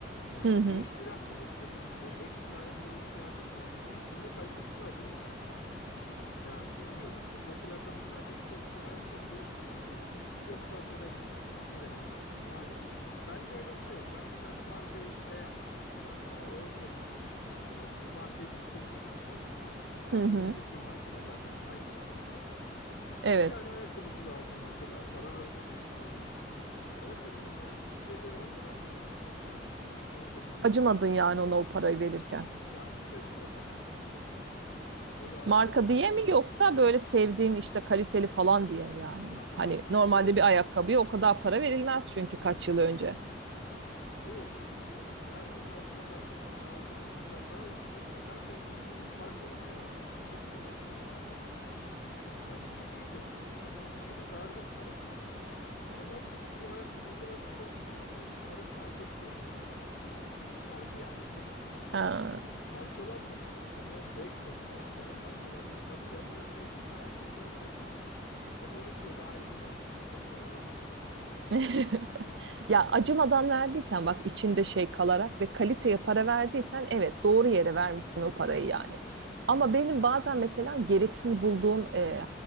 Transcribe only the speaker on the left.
Yani
değiştiren birisi de değilim. Böyle ekstra ayakkabı ihtiyacım da olmuyor. Çünkü kalitesini alıyorum. Ya bilmiyorum. Ka- Mesela kadınlarda sürekli bir ayakkabı değiştirme şeyi var. Yok farklı rengini alayım, şunu rengini alayım. Yani ben de öyle bir şey yok. Ben bir tane markayı beğendim mesela. Daha 10 sene öncesinden tamam. Bu markayı tuttum kafamda. Ya
bilindik bir markada zaten Nike markası.
Bir tane ayakkabısını aldım mesela. Para harcadım ya. Böyle 10 sene önce 350 lira falan verdim mesela ayakkabıya. on sene öncesinden
bahsediyorum.
Yani hiç acımadım. Böyle ayakkabı
ya marka
böyle
yani şey oluyordu böyle. Verdiğim ayakkabılar genelde aldığım ayakkabılar daha ucuz oluyor. Daha kalitesiz oluyor. Parçalanıyorlardı. Sinirim geliyordu böyle artık. Ya bir deneyeyim dedim şu markayı da böyle. Verdim parasını da artık. Allah'a çok şükür ayakkabı o kadar güzel çıktı ki. böyle Parasını hak etti yani o zamandan beri. Çıkardı yani parasını.
Parçalanmadı ayakkabı ya 5 sene falan böyle parçalanmadı. Tabii yanlarında ekstra ayakkabılarım oldu ama o böyle yeri ayrı bende. Ona çok para verince de mesela.